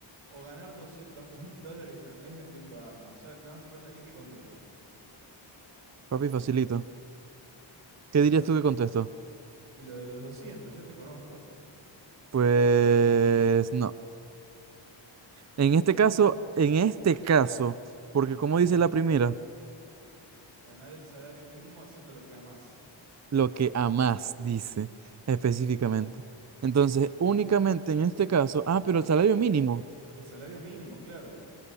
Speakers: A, on the right; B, on the right.
A: o ganar doscientos mil dólares al mes vendiendo armas. Ya no hace falta ni que contestes.
B: Papi, facilito. ¿Qué dirías
A: Lo-
B: tú que contesto?
A: y lo de los 200 ya te conozco.
B: Pues no. En este caso, en este caso, porque como dice la primera,
A: Ganar el salario mínimo haciendo lo que amas.
B: lo que amás dice específicamente. Entonces, únicamente en este caso, ah, pero el salario mínimo.
A: El salario mínimo, claro.